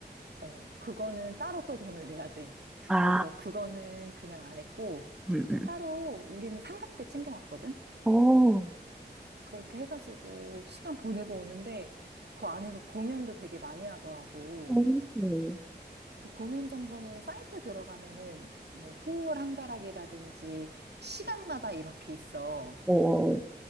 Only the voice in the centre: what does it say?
아,
음, 음.
오,
오,
오,